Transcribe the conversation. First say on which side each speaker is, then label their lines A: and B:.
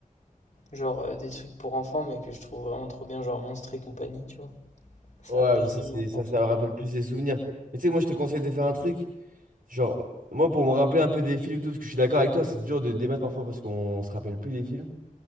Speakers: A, on the left (about 55°); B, on the right (about 80°).
A: Genre euh, des trucs pour enfants, mais que je trouve vraiment trop bien, genre Monstres et compagnie, tu vois. Ça
B: Ouais,
A: a bercé
B: mais ça, c'est,
A: mon enfance.
B: ça, ça me rappelle plus des souvenirs. Mais tu sais, moi, je te conseille de faire un truc. Genre, moi, pour me rappeler un peu des films, et tout, parce que je suis d'accord avec toi, c'est dur de débattre parfois parce qu'on se rappelle plus des films.